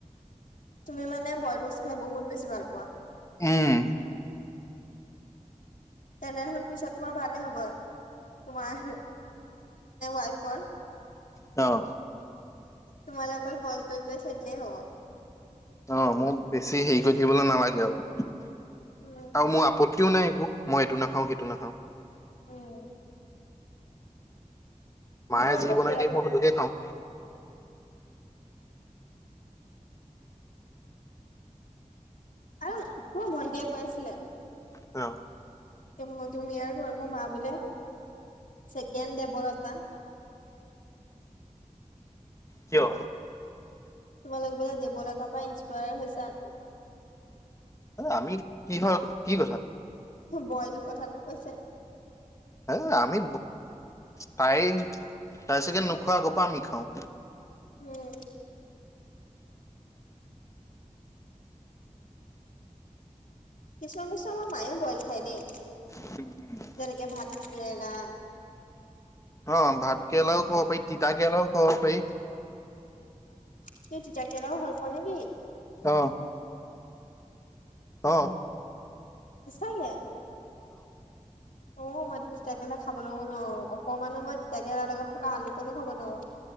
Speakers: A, on the left (about 75°); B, on the left (about 25°).
A: তুমি মানে বইল বস্তু খাই বহুত বেছি ভাল পোৱা?
B: উম।
A: তেনেহ'লে পিছত তোমাৰ ভালে হ'ব, তোমাৰ ৱাইফৰ।
B: অ'।
A: তোমালে অকল বইল কৰি কৰি থৈ দিলেই হ'ব।
B: অ' মোক বেছি হেৰি কৰি থাকিবলৈ নালাগে আৰু,
A: উম
B: আৰু মোৰ আপত্তিও নাই একো। মই এইটো নাখাওঁ, সেইটো নাখাওঁ।
A: উম।
B: মায়ে
A: মোৰ আকৌ
B: যি বনাই
A: ধেৰ
B: দিয়ে
A: আপত্তি
B: মই সেইটোকে খাওঁ।
A: আৰু মোৰ ভণ্টিয় কৈ আছিলে
B: অ'।
A: তুমি আৰু তোমালোকৰ মা বোলে ছেকেণ্ড দেৱৰ এটা
B: কিয়?
A: তোমালোক বোলে দেৱলাতাৰপৰা ইনস্পায়াৰ হৈছা।
B: এ, আমি কিহৰ, কি কথা?
A: বইল কথাটো কৈছে।
B: হে, আমি তাই তাই চাগে নোখোৱা আগৰপৰা আমি খাওঁ।
A: উম। কিছুমান বস্তু আমাৰ মায়ো বইল খাই দেই।
B: <unintelligible>
A: যেনেকে ভাত কেৰেলা।
B: অ' ভাত কেৰেলাও খাব পাৰি, তিতা কেৰেলাও খাব পাৰি।
A: তুমি তিতা কেৰেলা ভাল পোৱা নে কি?
B: অহ, অহ,
A: সচাকে। অ, মইতো তিতাকেেলা খাব লগও নোৱাৰো। অকমানো মই তিতাকেলাৰ লগত থকা আলুকণো খাব নোৱাৰো।